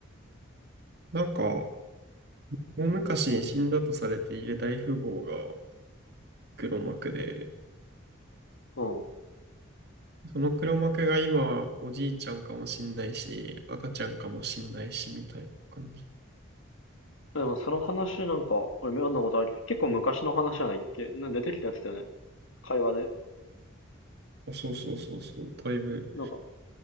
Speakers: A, on the right; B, on the left.
A: なんか、大昔に死んだとされている大富豪が黒幕で、
B: うん。
A: その黒幕が今、おじいちゃんかもしんないし、赤ちゃんかもしんないし、みたいな感じ。
B: でも、その話なんか、俺妙なことある結構昔の話じゃないっけなんか出てきたやつだよね。会話で。
A: あ、そうそうそうそう。だいぶ
B: なんか、